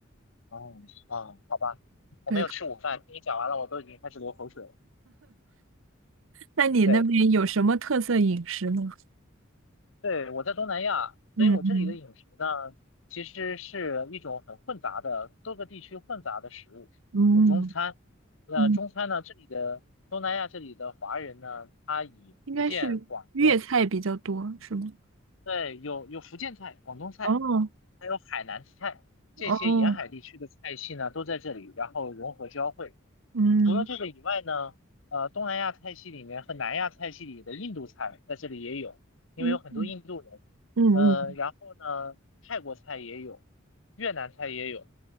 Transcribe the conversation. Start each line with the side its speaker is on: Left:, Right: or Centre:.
Left: 哦，啊，好吧，我没有吃午饭，
Right: 对，
Left: 听你讲完了，我都已经开始流口水了。
Right: 那你那边有什么特色饮食呢？
Left: 对。对，我在东南亚，
Right: 嗯嗯
Left: 所以我这里的饮食呢，其实是一种很混杂的，多个地区混杂的食物，
Right: 嗯
Left: 有中餐。那中餐呢，
Right: 嗯，
Left: 这里的东南亚这里的华人呢，他以福建、
Right: 应该是粤菜比较多，
Left: 广东，
Right: 是吗？
Left: 对，有有福建菜、广东菜，
Right: 哦
Left: 还有海南菜，这些沿海地区的菜系呢都在这里，
Right: 哦，
Left: 然后融合交汇。
Right: 嗯
Left: 除了这个以外呢，呃，东南亚菜系里面和南亚菜系里的印度菜在这里也有，因为有很多印度人。
Right: 嗯嗯嗯，
Left: 呃，
Right: 嗯，
Left: 然后呢，泰国菜也有，越南菜也有。